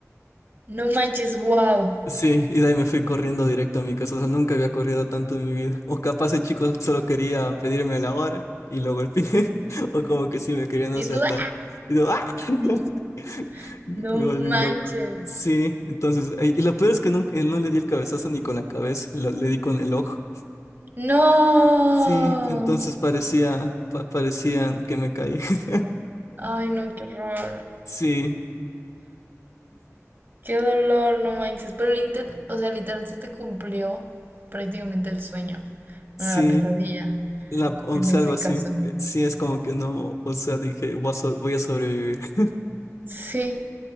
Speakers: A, on the right; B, on the left.
A: No manches, wow.
B: Sí, y de ahí me fui corriendo directo a mi casa. O sea, nunca había corrido tanto en mi vida. O capaz el chico solo quería pedirme la hora y lo golpeé. <laughs> O como que sí me querían asaltar.
A: Y tú, ¡ah!
B: Y yo, ¡ah! <laughs>
A: Ujú.
B: Me
A: no
B: volví
A: manches.
B: loco. Sí, entonces, y y lo peor es que nunca, no le di el cabezazo ni con la cabeza, lo- le di con el ojo.
A: No.
B: Sí, entonces parecía, pa- parecía que me caí. <laughs>
A: Ay, no, qué horror.
B: Sí,
A: Qué dolor, no manches. Pero literal, o sea, literal se te cumplió prácticamente el sueño.
B: sí,
A: Bueno, la pesadilla,
B: la, o
A: en
B: sea,
A: ese
B: algo así.
A: caso.
B: Eh, Sí, es como que no, o sea, dije, voy a so- voy a sobrevivir. <laughs>
A: Sí,